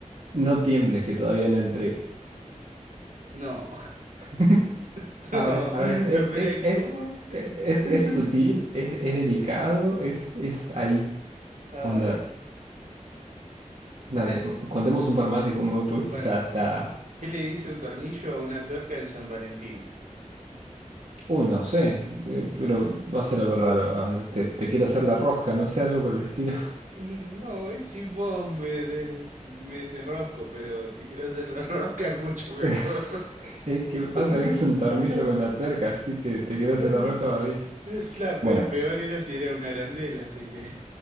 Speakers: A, on the right; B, on the right.
A: no tiembles que todavía no entré.
B: No,
A: <laughs>
B: <laughs> no,
A: A ver, a ver, e-
B: espera,
A: es, es,
B: ¿cómo? <laughs>
A: e- es, es, sutil, es, es delicado, es, es ahí.
B: Ay,
A: Onda, dale, contemos un par más y muy poquito
B: bueno,
A: está, está
B: ¿qué le dice un tornillo a una tuerca en San Valentín?
A: Uy, no sé, eh, pero va a ser algo raro. A ver, te, te quiero hacer la rosca, no sé, algo por el estilo.
B: Mm, No, es si vos me, des- me desenrosco, pero te quiero hacer la <laughs> rosca es mucho mejor.
A: <laughs> Eh, ¿Qué pasa?
B: <laughs>
A: Es un tornillo con una tuerca, así que te quiero
B: Claro.
A: hacer la rosca, va bien.
B: La
A: Bueno,
B: pe- peor era si era una arandela, así que.